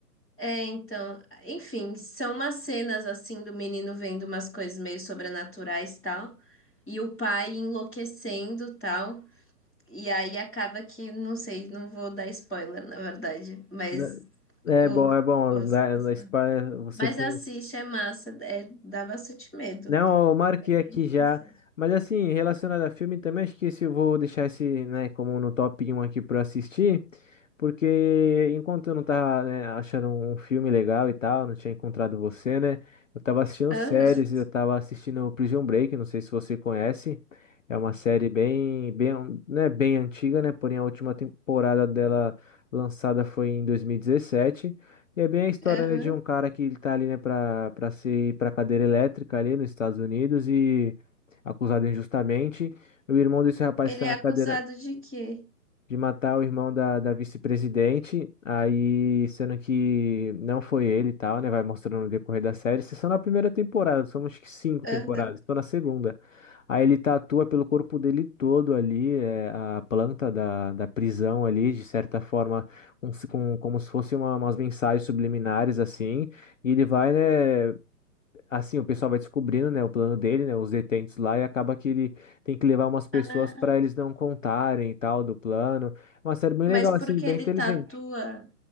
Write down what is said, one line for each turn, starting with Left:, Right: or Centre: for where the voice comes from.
Centre: É, então, enfim, são umas cenas assim do menino vendo umas coisas meio sobrenaturais tal, e o pai enlouquecendo tal. E aí acaba que, não sei, não vou dar spoiler, na verdade, mas
Left: Da- É
Centre: eu
Left: bom, é bom.
Centre: posso
Left: Da,
Centre: passar.
Left: da Spy, você
Centre: Mas
Left: foi.
Centre: assiste, é massa, é, dá bastante medo.
Left: Não, ó, eu marquei
Centre: Mas
Left: aqui
Centre: é interessante.
Left: já. Mas assim, relacionado a filme também, acho que esse eu vou deixar esse, né, como no top 1 aqui pra assistir. Porque enquanto eu não tava, né, achando um filme legal e tal, não tinha encontrado você, né? Eu tava assistindo
Centre: Aham,
Left: séries, eu tava assistindo Prison Break, não sei se você conhece. É uma série bem, bem, né, bem antiga, né? Porém, a última temporada dela lançada foi em 2017. E é bem a história,
Centre: aham.
Left: né, de um cara que ele tá ali, né, pra, pra ser pra cadeira elétrica ali nos Estados Unidos e acusado injustamente. O irmão desse rapaz
Centre: Ele
Left: que tá
Centre: é
Left: na
Centre: acusado
Left: cadeira,
Centre: de quê?
Left: de matar o irmão da, da vice-presidente, aí sendo que não foi ele e tal, né? Vai mostrando no decorrer da série. Isso é só na primeira temporada, são somos que cinco temporadas,
Centre: Aham.
Left: tô na segunda. Aí ele tatua pelo corpo dele todo ali, é, a planta da, da prisão ali, de certa forma, com, se- com- como se fosse uma- umas mensagens subliminares assim. E ele vai, né? assim, o pessoal vai descobrindo, né, o plano dele, né, os detentos lá, e acaba que ele tem que levar umas pessoas
Centre: Ah,
Left: para eles não contarem e tal do plano. É uma série bem
Centre: mas
Left: legal,
Centre: porque
Left: assim, bem
Centre: ele
Left: inteligente.
Centre: tatua.